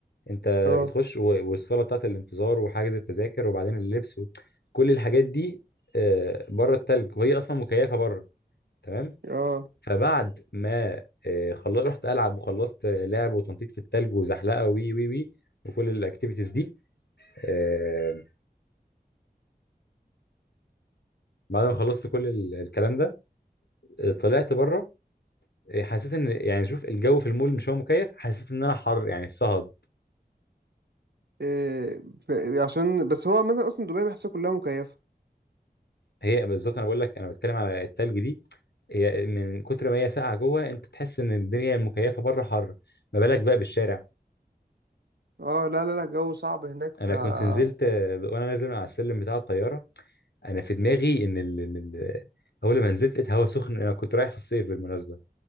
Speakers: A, on the left; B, on the right.
A: انت
B: اه
A: بتخش و- والصالة بتاعت الانتظار وحجز التذاكر وبعدين اللبس و- كل الحاجات دي آه، بره التلج وهي اصلا مكيفة بره تمام
B: اه
A: فبعد ما آه، خلص رحت العب وخلصت لعب وتنطيط في التلج وزحلقه وي وي وي وكل الاكتيفيتيز دي آه، بعد ما خلصت كل ال- الكلام ده آه، طلعت بره آه، حسيت ان يعني شوف الجو في المول مش هو مكيف حسيت ان انا حر يعني في صهد
B: إيه... ف- عشان بس هو عامة اصلا دبي بحسها كلها مكيفه
A: هي بالظبط انا بقول لك انا بتكلم على التلج دي هي من كتر ما هي ساقعه جوه انت تحس ان الدنيا المكيفه بره حر ما بالك بقى بالشارع
B: اه لا لا لا الجو صعب هناك
A: انا
B: اه
A: كنت نزلت آه، وانا نازل من على السلم بتاع الطياره انا في دماغي ان ال... ال- ال- اول ما نزلت لقيت هوا سخن انا كنت رايح في الصيف بالمناسبه